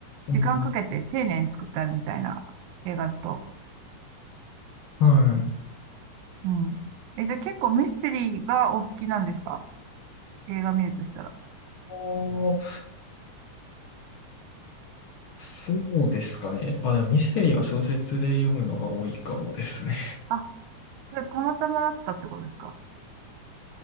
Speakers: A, on the left; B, on the right.
A: うん
B: 時間かけて丁寧に作ってあるみたいな映画だと。
A: はい。
B: うん。え、じゃあ結構ミステリーがお好きなんですか映画見るとしたら。
A: おそうですかね。あ、でもミステリーは小説で読むのが多いかもですね。
B: あ、それたまたまだったってことですか